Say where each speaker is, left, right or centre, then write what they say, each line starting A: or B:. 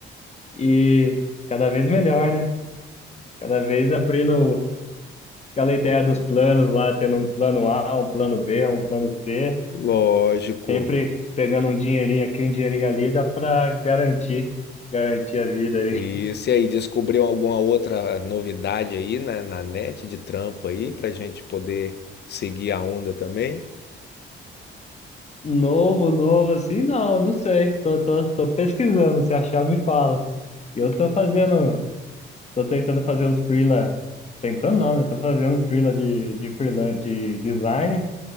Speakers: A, on the left (about 35°); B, on the left (about 55°).
A: e cada vez melhor, né? Cada vez abrindo aquela ideia dos planos lá, tendo um plano A, um plano B, um plano C,
B: Lógico.
A: sempre pegando um dinheirinho aqui, um dinheirinho ali, dá pra garantir, garantir a vida aí.
B: E se aí descobriu alguma outra novidade aí na, na net de trampo aí pra gente poder seguir a onda também?
A: Novo, novo, assim, não, não sei. Tô, tô, tô pesquisando, se achar, me fala. E Eu tô fazendo, tô tentando fazer os freela, tentando não, né? Tô fazendo os freela de, de freela, de designer,